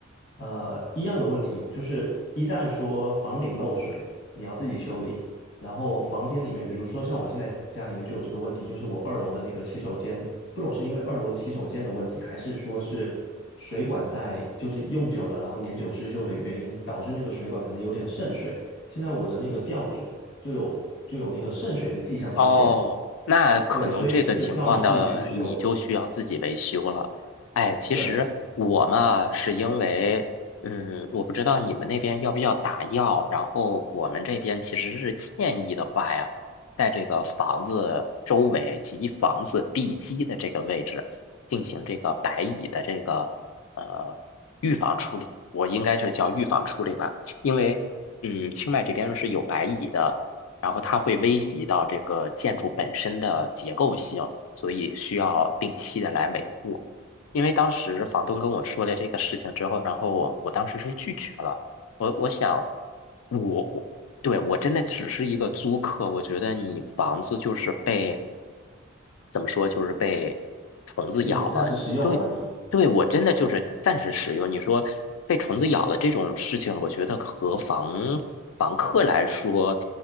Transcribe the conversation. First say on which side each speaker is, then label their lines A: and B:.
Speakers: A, on the left; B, on the left.
A: 呃，一样的问题就是，一旦说房顶漏水，你要自己修理。然后房间里面，比如说像我现在家里面就有这个问题，就是我二楼的那个洗手间，不懂是因为二楼的洗手间的问题，还是说是水管在就是用久了，然后年久失修的原因，导致那个水管可能有点渗水。现在我的那个吊顶就有就有那个渗水的迹象出现了。
B: 哦，那可能这个情况的你就需要自己维修了。
A: 对，所以这个就要你自己去修，
B: 哎，其实我嘛，
A: 对，
B: 是因为，嗯，我不知道你们那边要不要打药，然后我们这边其实是建议的话呀，在这个房子周围及房子地基的这个位置进行这个白蚁的这个呃预防处理，我应该是叫预防处理吧，因为嗯，清迈这边是有白蚁的。然后它会危及到这个建筑本身的结构性，所以需要定期的来维护。因为当时房东跟我说了这个事情之后，然后我我当时是拒绝了。我我想，我我对我真的只是一个租客，我觉得你房子就是被怎么说，就是被虫子咬了。
A: 被你暂时使用而已，
B: 对，对我真的就是暂时使用。你说被虫子咬了这种事情，我觉得和房房客来说，